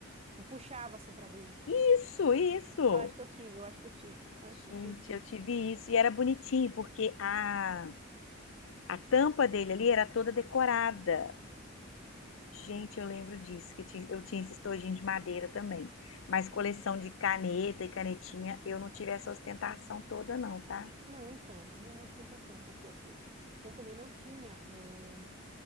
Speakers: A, on the right (about 30°); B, on the left (about 75°).
A: Tu puxava, assim, pra abrir.
B: Isso, isso.
A: Eu acho que eu tive, eu acho que eu tive. Eu acho que
B: Gente,
A: eu tive, sim.
B: eu tive isso e era bonitinho, porque a, a tampa dele ali era toda decorada. Gente, eu lembro disso, que tinha- eu tinha esse estojinho de madeira também. Mas coleção de caneta e canetinha, eu não tive essa ostentação toda, não, tá?
A: Não, então, mas não é ostentação, porque, assim, eu também não tinha... eh,